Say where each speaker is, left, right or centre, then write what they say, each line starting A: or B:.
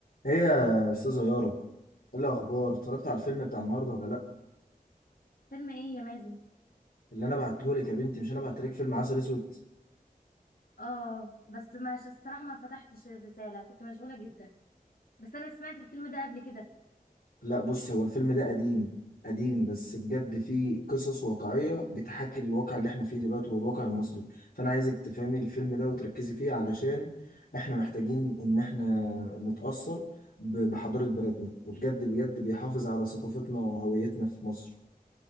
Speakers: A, on the left; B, on the left.
A: ايه يا استاذه يارا ايه الاخبار اتفرجت على الفيلم بتاع النهارده ولا لا
B: فيلم ايه يا مازن
A: اللي انا بعته لك يا بنتي مش انا بعت لك فيلم عسل اسود
B: اه بس ماشي الصراحه ما فتحتش الرساله كنت مشغوله جدا بس انا سمعت الفيلم ده قبل كده
A: لا بص هو الفيلم ده قديم قديم بس بجد فيه قصص واقعيه بتحاكي الواقع اللي احنا فيه دلوقتي والواقع المصري فانا عايزك تفهمي الفيلم ده وتركزي فيه علشان احنا محتاجين ان احنا نتاثر ب- بحضاره بلدنا وبجد بجد بيحافظ على ثقافتنا وهويتنا في مصر